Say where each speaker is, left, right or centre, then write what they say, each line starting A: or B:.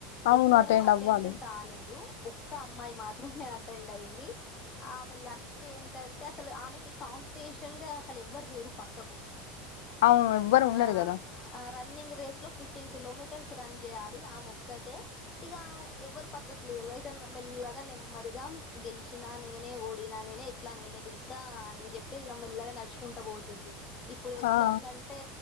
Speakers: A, on the left (about 80°); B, on the left (about 25°).
A: అవును
B: ఎవ్వరు అటెండ్
A: అవ్వాలి
B: కాలేదు ఒక్క అమ్మాయి మాత్రమే అటెండ్ అయింది ఆమె లక్ ఏంటం టే అసలు ఆమెకి కాంపిటీషన్ గా అసలు ఎవ్వరు లేరు పక్కకు
A: అవును ఎవ్వరు ఉండరు
B: ఆ
A: కదా
B: ఆ రన్నింగ్ రేస్ లో ఫిఫ్టీన్ కిలోమీటర్స్ రన్ చేయాలి ఆ మొక్కతే ఇగ ఎవరు పక్కకు లే ఎయితే మెల్లగా నెమ్మదిగా గెలిచినా నేనే ఓడినా నేనే ఎట్లా నేనే గెలు స్తా అని చెప్పి ఇ మెల్లగా నడుచుకుంట పోతుంది ఇప్పుడు ఎట్లా
A: ఆ
B: ఉందంటే